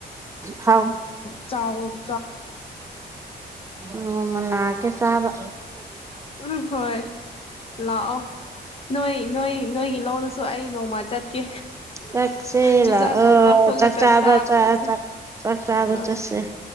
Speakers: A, on the right; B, on the left.
A: ꯊꯥꯎ
B: ꯆꯥꯎꯜ
A: ꯅꯣꯡꯃꯥ ꯂꯥꯛꯀꯦ ꯆꯥꯕ
B: ꯎꯝ ꯍꯣꯏ ꯂꯥꯛꯑꯣ ꯅꯣꯏ ꯅꯣꯏ ꯅꯣꯏꯒꯤ ꯂꯧꯗꯁꯨ ꯑꯩ ꯅꯣꯡꯃ ꯆꯠꯀꯦ
A: ꯆꯠꯁꯦ
B: ꯆꯨꯖꯥꯛꯒꯨꯝꯕ
A: ꯂꯥꯛꯑꯣ
B: ꯐꯨꯠꯂꯒ
A: ꯆꯥꯛꯆꯥꯕ
B: ꯆꯥꯕ
A: ꯆ
B: ꯆꯠꯁꯦ
A: ꯑ ꯆꯠ ꯆꯥꯛ ꯆꯥꯕ
B: ꯍꯣꯏ
A: ꯆꯠꯁꯦ